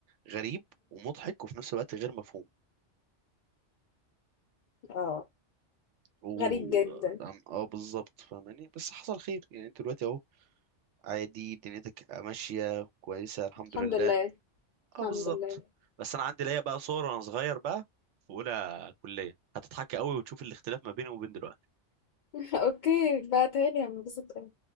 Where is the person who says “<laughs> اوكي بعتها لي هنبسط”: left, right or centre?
Left